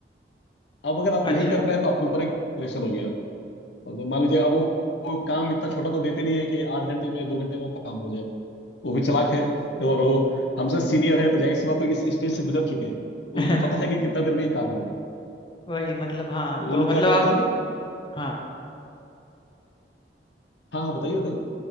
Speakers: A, on the left (about 80°); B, on the left (about 25°).
A: अब अगर आप नहीं
B: अच्छा
A: कर पाए तो आपके ऊपर एक प्रेशर हो गया और तो मान लीजिए अब वो, वो काम इतना छोटा तो देते नहीं है कि आठ घंटे में दो घंटे में वो काम हो जाए वो भी चालाक है और वो हमसे सीनियर है तो जाहिर सी बात तो इस स्टेज से गुजर चुके हैं
B: <laughs>
A: उनको पता है कि कितना देर में ये काम होगा
B: वही मतलब हाँ
A: तो वो
B: तो
A: लोग
B: मतलब
A: क्या करते
B: आप
A: हैं
B: हाँ
A: हाँ हाँ बताइए बताइए